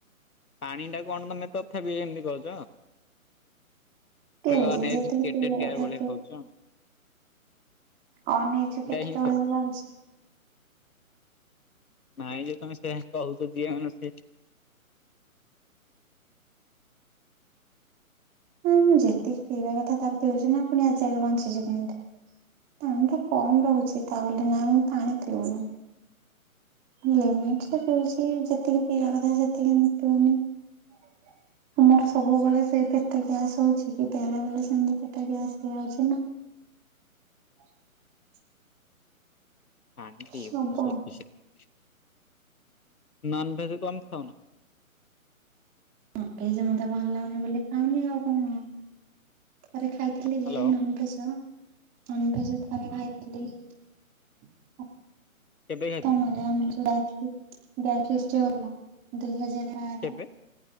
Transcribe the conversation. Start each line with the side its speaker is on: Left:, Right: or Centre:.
Left: ପାଣିଟା କଣ ତମେ ତଥାପି ଏମିତି କହୁଚ।
Right: ପିଉଛି
Left: ନାଇ
Right: ଯେତିକି
Left: <unintelligible>
Right: ପିଇବା କଥା
Left: କୋହୁଚ।
Right: ଅନେଇଚୁ <unintelligible>
Left: ହିଁ
Right: ଭଳିଆ
Left: ସବୁ
Right: ଲାଗୁ। <inaudible>
Left: ନାଇଁ ଯେ ତମେ ସେ କହୁଛ ଯିଏ ସେ <inaudible>
Right: ହଁ ମୁଁ ଯେତିକି ପିଇବା କଥା ତଲେ ପିଉଚି, ନା ପୁଣି ଆଜି ଆଗେ ବଞ୍ଚିଚି କେମିତି, ପାଣିଟା କମ ରହୁଚି ତା ବୋଲି ନା ମୁଁ ପାଣି ପିଉନି। ଲିମିଟ ରେ ପିଉଚି ଯେତିକି ପିଇବା କଥା ସେତିକି ପିଉନି <inaudible> ଆମର ସବୁବେଳେ ସେଇ ପେଟ ଗ୍ୟାସ ହେଉଚି କି ବେଳେ ବେଳେ ସେମିତି ପେଟ ଗ୍ୟାସ ହେଇଯାଉଚି ନା। <inaudible>
Left: <unintelligible>
Right: ସବୁ
Left: ସପିସେଣ୍ଟ। ନନଭେଜ କଣ ପାଇଁ ଖାଉନ?
Right: ଏଇ ଯେ ମତେ ଭଲ ଲାଗୁନି ବୋଲି ଖାଉନି, ଆଉ କଣ? ପରେ ଖାଇଥିଲି ଯେ
Left: ହ୍ୟାଲୋ
Right: ନନଭେଜ ଅନ୍। ଏଇ ଯୋଉ ଥରେ
Left: ହଁ
Right: ଖାଇଥିଲି। <inaudible>
Left: କେବେ ଖାଇଥିଲ?
Right: ତମରି ଆମରି ଚୁଡ଼ା ବ୍ୟାଚ ଫିଷ୍ଟ ଜଗନ୍ନାଥ ଦୁଇହଜାର ବାର
Left: କେବେ